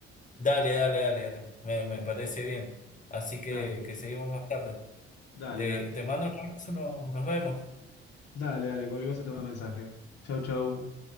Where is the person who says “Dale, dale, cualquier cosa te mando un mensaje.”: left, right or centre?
Left